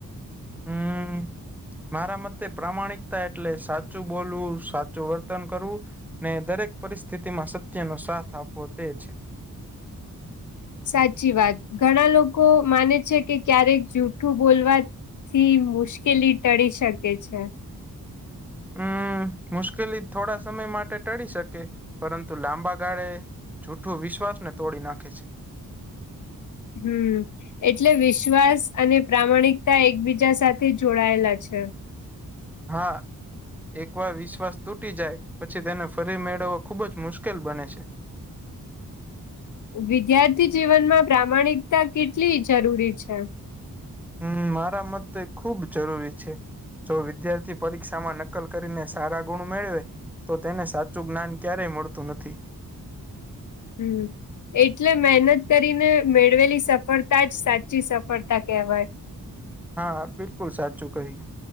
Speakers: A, in the centre; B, on the left.
A: હમ મારા મતે પ્રામાણિકતા એટલે સાચ સાચું બોલવું સાચું વર્તન કરવું ને દરેક પરિસ્થિતિ માં સત્યનો સાથ આપવો તે છે
B: સાચી વાત ઘણા લોકો માને છે કે ક્યારેક જૂઠું બોલવા થી મુશ્કેલી ટળી શકે છે
A: હમ મુશ્કેલી થોડા સમય માટે ટળી શકે પરંતુ લાંબા ગાળે જૂઠું વિશ્વાસ ને તોડી નાખે છે
B: હમ્ એટલે વિશ્વાસ અને પ્રામાણિકતા એકબીજા સાથે જોડાયેલા છે
A: હા એક વાર વિશ્વાસ તૂટી જાય પછી તેને ફરી મેળવવો ખુબ જ મુશ્કેલ બને છે
B: વિદ્યાર્થી જીવનમાં પ્રામાણિકતા કેટલી જરૂરી છે
A: હમ મારા મતે ખુબ જરૂરી છે જો વિદ્યાર્થી પરીક્ષામાં ન લ કરીને સારા ગુણ મેળવે તો તેને સાચું જ્ઞાન ક્યારેય મળતું નથી
B: હમ એટલે મહેનત કરીને મેળવેલી સફળતા જ સાચી સફળતા કહેવાય
A: હા બિલકુલ સાચું કહી